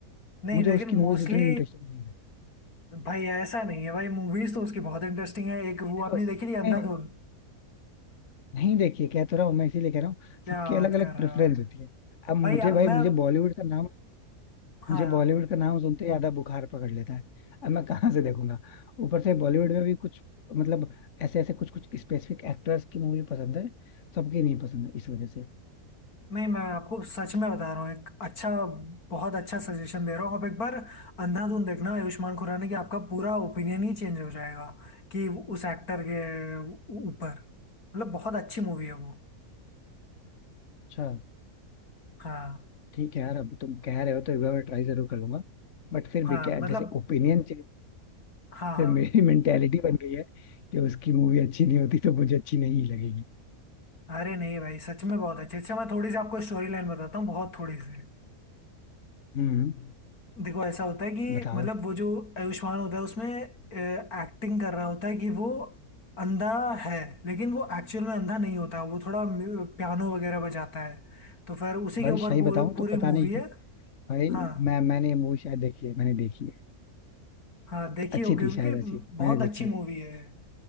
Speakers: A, on the left; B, on the left.
A: नहीं
B: मुझे
A: लेकिन
B: उसकी मूवीज
A: मोस्टली
B: उतनी इंटरेस्टिंग नहीं लगती
A: भाई ऐसा नहीं है भाई मूवीज तो उसकी बहुत इंटरेस्टिंग है एक
B: नहीं
A: वो
B: देखो
A: आपने
B: नहीं
A: देखी थी अंधाधुन
B: नहीं नहीं देखिए कह तो रहा हूँ मैं इसीलिए कह रहा हूँ
A: क्या
B: सबकी
A: बात
B: अलग अलग
A: कर रहा
B: प्रेफरेंस
A: है
B: होती है अब मुझे
A: भाई आ-
B: भाई
A: मैं
B: मुझे बॉलीवुड का नाम
A: हाँ
B: मुझे बॉलीवुड का नाम सुनते ही आधा बुखार पकड़ लेता है अब मैं कहाँ से देखूंगा ऊपर से बॉलीवुड में भी कुछ मतलब ऐसे ऐसे कुछ कुछ स्पेसिफिक एक्टर्स की मूवी पसंद है सबकी नहीं पसंद है इस वजह से
A: नहीं मैं आपको सच में बता रहा हूँ एक अच्छा बहुत अच्छा सजेशन दे रहा हूँ आप एक बार अंधाधुन देखना आयुष्मान खुराना की आपका पूरा ओपिनियन ही चेंज हो जाएगा कि उस एक्टर के ऊपर मतलब बहुत अच्छी मूवी है वो
B: अच्छा
A: हाँ
B: ठीक है यार अब तुम कह रहे हो तो एक बार मैं ट्राई जरूर करूंगा बट फिर भी
A: हाँ
B: क्या है,
A: मतलब
B: जैसे ओपिनियन चेंज
A: हाँ
B: से
A: हाँ
B: मेरी मेंटेलिटी बन गई है कि उसकी मूवी अच्छी नहीं होती तो मुझे अच्छी नहीं लगेगी
A: अरे नहीं भाई सच में बहुत अच्छी अच्छा मैं थोड़ी सी आपको स्टोरी लाइन बताता हूँ बहुत थोड़ी सी
B: हम्म
A: देखो ऐसा होता है कि
B: बताओ
A: मतलब वो जो आयुष्मान होता है उसमें एक्टिंग कर रहा होता है कि वो अंधा है लेकिन वो एक्चुअल में अंधा नहीं होता वो थोड़ा पियानो वगैरह बजाता है तो फिर उसी
B: भाई
A: के ऊपर
B: सही
A: पूर,
B: बताऊं
A: पूरी
B: तो पता
A: मूवी
B: नहीं कि
A: है
B: भाई
A: हाँ
B: मैं मैंने ये मूवी शायद देखी है मैंने देखी है
A: हाँ देखी
B: अच्छी
A: होगी क्योंकि
B: थी शायद अच्छी थी
A: बहुत
B: मैंने देखी
A: अच्छी मूवी
B: है
A: है